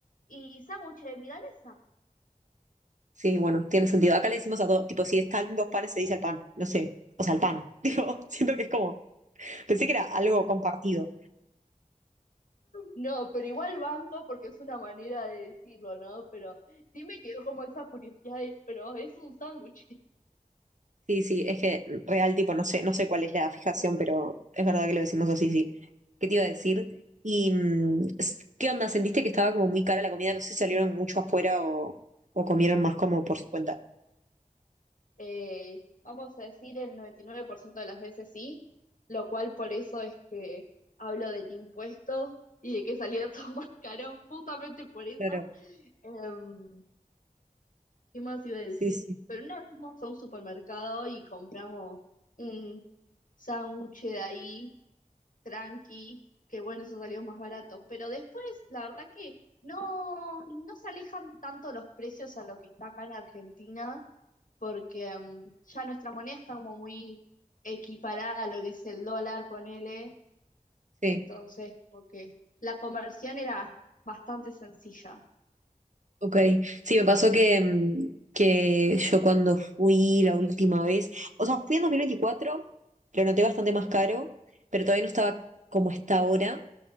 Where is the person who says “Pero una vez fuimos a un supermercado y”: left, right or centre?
Left